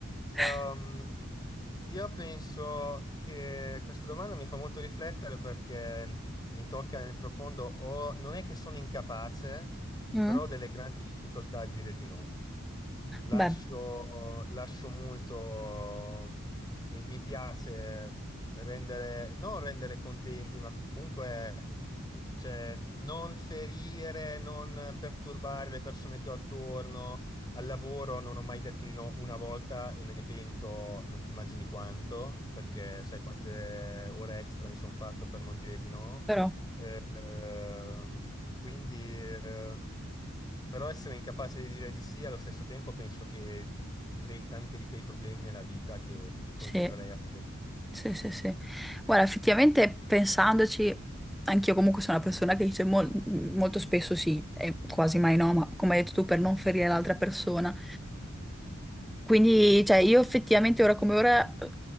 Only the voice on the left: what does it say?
Ehm,
io penso che questa domanda mi fa molto riflettere perché mhmm, mi tocca nel profondo, o non è che sono incapace,
però ho delle grandi difficoltà a dire di no. Lascio,
lascio molto, mi, mi piace rendere, non rendere contenti, ma comunque cioè, non ferire, non perturbare le persone che ho attorno. Al lavoro non ho mai detto di no una volta e me ne pento, non ti immagini quanto, perché sai quante ore extra mi sono fatto per non dire di no.
Eh, ehm, quindi, eh, però essere incapace di dire di sì allo stesso tempo penso che ti, ti crei tanti di quei problemi nella vita che continuerei
a fare.